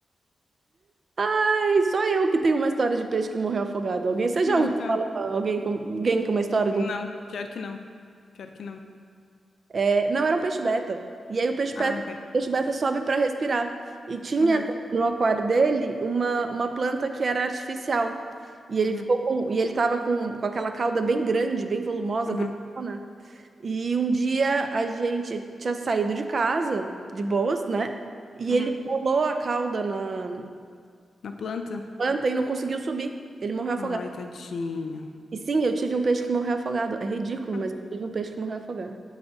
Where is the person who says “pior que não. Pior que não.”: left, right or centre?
Left